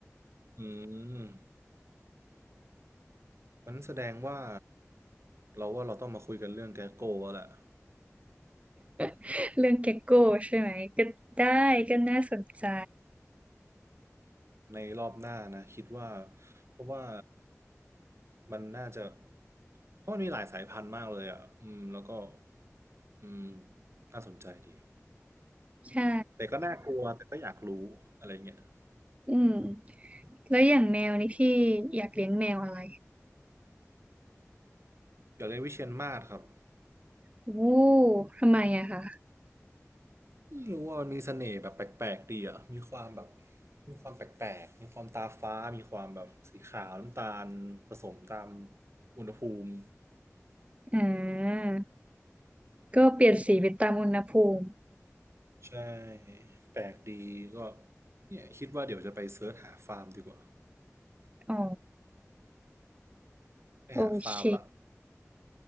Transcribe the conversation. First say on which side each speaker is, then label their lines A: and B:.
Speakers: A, on the right; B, on the right.
A: อืมมันแสดงว่าเราว่าเราต้องมาคุยกันเรื่องแกโก้แล้วแหละ
B: <laughs> เรื่องเก็กโก้ใช่ไหมก็ได้ก็น่าสนใจ
A: ในรอบหน้านะคิดว่าเพราะว่ามันน่าจะเพราะมันมีหลายสายพันธุ์มากเลยอ่ะอืมแล้วก็อืมน่าสนใจดี
B: ใช่
A: แต่ก็น่ากลัวแต่ก็อยากรู้อะไรเงี้ย
B: อืมแล้วอย่างแมวนี่พี่อยากเลี้ยงแมวอะไร
A: อยากเรียนวิเชียรมาศครับ
B: โอ้ทำไมอะคะ
A: ไม่รู้ว่ามันมีเสน่ห์แบบแปลกๆดีอ่ะมีความแบบ มีความแปลกๆ มีความตาฟ้า มีความแบบสีขาวน้ำตาลผสมตามอุณหภูมิ
B: อ่าก็เปลี่ยนสีไปตามอุณหภูมิ
A: ใช่แปลกดีก็เนี่ยคิดว่าเดี๋ยวจะไปเสิร์ชหาฟาร์มดีกว่า
B: อ๋อ
A: ไปหาฟาร์มละ
B: โอเค